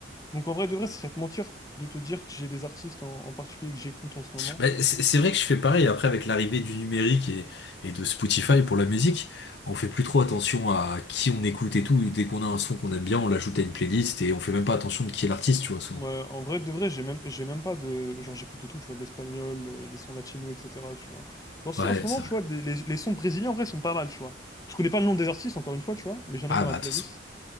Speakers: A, on the left; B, on the left.
A: Donc en vrai de vrai, ce serait te mentir de te dire que j'ai des artistes en, en particulier que j'écoute en ce moment.
B: Bah, c'est c'est vrai que je fais pareil, après, avec l'arrivée du numérique et, et de Spotify pour la musique, on fait plus trop attention à qui on écoute et tout. Dès qu'on a un son qu'on aime bien, on l'ajoute à une playlist et on fait même pas attention de qui est l'artiste, tu vois, souvent.
A: Ouais, en vrai, de vrai, j'ai même, j'ai même pas de... Genre, j'écoute de tout, tu vois, de l'espagnol, euh, des sons latinos, etc., tu vois. Alors si,
B: Ouais,
A: en ce moment,
B: c'est
A: tu
B: vrai.
A: vois, des- les, les sons brésiliens, en vrai, sont pas mal, tu vois. Je connais pas le nom des artistes, encore une fois, tu vois, mais j'en
B: Ah
A: ai dans
B: bah,
A: la playlist.
B: de toute façon.